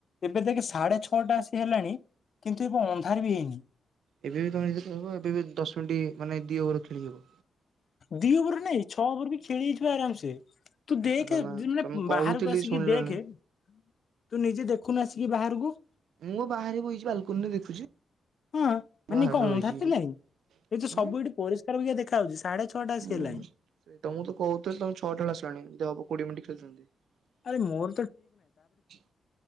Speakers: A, on the left (about 50°); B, on the right (about 85°).
A: ଏବେ ଦେଖ ସାଢେ ଛଅଟା ଆସି ହେଲାଣି କିନ୍ତୁ ଏବେ ଅନ୍ଧାର ବି ହେଇନି।
B: ଏବେ ବି ତମେ ଯଦି କହିବ ଏବେ ବି ଦଶ ମିନିଟ୍ ମାନେ ଦି ଓଭର ଖେଳି ହବ।
A: ଦି ଓଭର ନାଇଁ ଛଅ ଓଭର ବି ଖେଳି ହେଇଯିବ ଆରାମସେ ତୁ ଦେଖେ
B: ଆଉ ତମେ
A: ଯ ମାନେ
B: ତମେ କହୁଥିଲି
A: ବାହାରକୁ ଆସିକି
B: ଶୁଣିଲନି
A: ଦେଖେ ତୁ ନିଜେ ଦେଖୁନୁ ଆସିକି ବାହାରକୁ।
B: ମୁଁ ବାହାରେ ବଇଚି ବାଲକୁନିରେ ଦେଖୁଛି।
A: ହଁ
B: ବାହାରେ
A: ମାନେ ଏ କଣ
B: ବଇଚି
A: ଅନ୍ଧାର
B: ଏଠି
A: ଥିଲା କି ଏଇ ତ ସବୁ
B: ଉଁ
A: ଏଠି ପରିଷ୍କାର ବାଗିଆ ଦେ ଖା ଯାଉଛି ସାଢେ ଛଅଟା ଆସି
B: ହୁଁ
A: ହେଲାଣି।
B: ସେ ତମକୁ ତ କହୁଥିଲି ତମେ ଛଅଟା ବେଳ ଆସିଲାଣି ଯଦି ହବ କୋଡିଏ ମିନିଟ ଖେଳିଥାନ୍ତି।
A: ଆରେ ମୋର